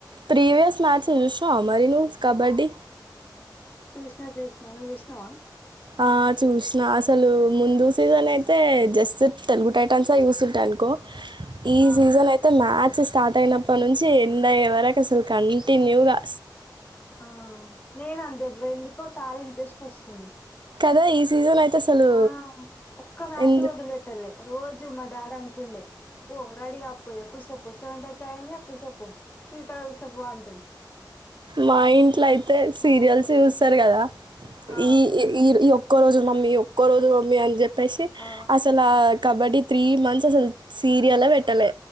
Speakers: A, on the right (about 80°); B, on the left (about 20°).
A: ప్రీవియస్ మ్యాచ్ చూశినవా మరి నువ్వు కబడ్డీ
B: చూష్ణ చూష్ణ నువజూష్ణవ
A: ఆ చూసినా అసలు ముందు సీజన్ అయితే జస్ట్ తెలుగు టైటాన్స్ జస్సంటనుకో ఈ
B: ఆ
A: సీజన్ అయితే మ్యా చ్ స్టార్ట్ అయినప్ప నుంచి ఎండయ్యే వరకు అసలు కంటిన్యూగా
B: ఆ నేను అంతబర ఎందుకో చాలా ఇంట్రెస్ట్ వస్తుంది
A: కదా ఈ సీజన్ అయితే అసలు
B: ఆ ఒక్క మ్యాచ్
A: ఎందు
B: వదిలి పెట్టాలే రోజు మా డాడంటుండే పో రెడీగాపోయకుసో కుస అంత టయింది ఆ కుసపొ తీకాడ వేస్తే బాగుంటాడు
A: మా ఇంట్లో అయితే సీరియల్స్
B: ఆ,
A: జూస్తారు గదా
B: ఆ,
A: ఈయ ఒక్కరోజు మమ్మి ఒక్కరోజు మమ్మీ అని చెప్పి ప్పేసి
B: ఆ,
A: అసలు కబడ్డీ త్రీ మంత్స్ అసలు సీరియలే పెట్టలే